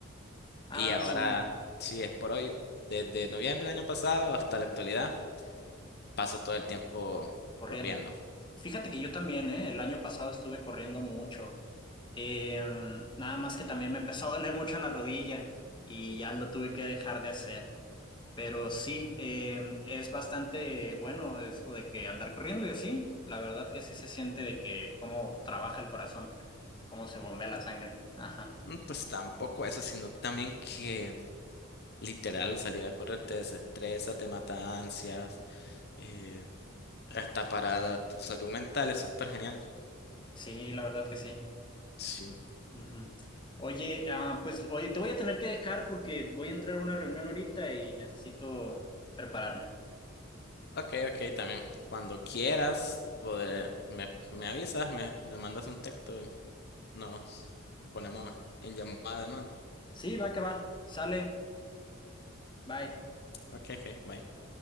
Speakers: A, on the left; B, on the left.
A: Ah,
B: Y ahora,
A: sí.
B: sí, es por hoy, desde noviembre del año pasado hasta la actualidad, paso todo el tiempo
A: corriendo.
B: corriendo.
A: Fíjate que yo también, ¿eh? El año pasado estuve corriendo mucho. Eh, nada más que también me empezó a doler mucho la rodilla y ya lo tuve que dejar de hacer. Pero sí, eh, es bastante bueno eso de que andar corriendo y así. La verdad que sí se siente de que cómo trabaja el corazón, cómo se bombea la sangre. Ajá.
B: Mm, Pues tampoco eso, sino también que literal salir a correr te desestresa, te mata ansias. eh, Está para tu salud mental, es súper genial.
A: Sí, la verdad que sí.
B: Sí.
A: Ujú. Oye, ah, pues oye, te voy a tener que dejar porque voy a entrar a una reunión ahorita y necesito prepararme.
B: Ok, ok, también. Cuando quieras, poder- me, me avisas, me, me mandas un texto y nos ponemos en llamada de nuevo.
A: Sí, va que va. Sale. Bye.
B: Ok, ok, bye.